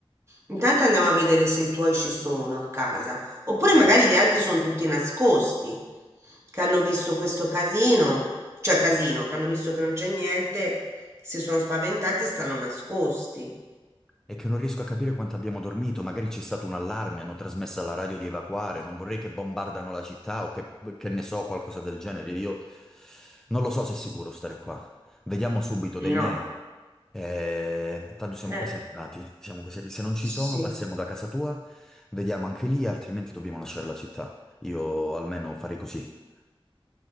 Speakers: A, on the right; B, in the centre.
A: Intanto andiamo a vedere se i tuoi ci sono a casa, oppure
B: ricordo.
A: magari gli altri sono tutti nascosti, che hanno visto questo casino, cioè casino, che hanno visto che non c'è niente, si sono spaventati e stanno nascosti.
B: È che non riesco a capire quanto abbiamo dormito, magari c'è stato un allarme, hanno trasmesso alla radio di evacuare, non vorrei che bombardano la città o che, che ne so, qualcosa del genere. Io non lo so se è sicuro stare qua. Vediamo subito
A: No,
B: dai miei. Eh, tanto siamo
A: eh,
B: quasi arrivati, siamo quasi arri- Se non ci
A: sì,
B: sono, passiamo da casa tua, vediamo anche lì, altrimenti dobbiamo lasciare la città. Io almeno farei così.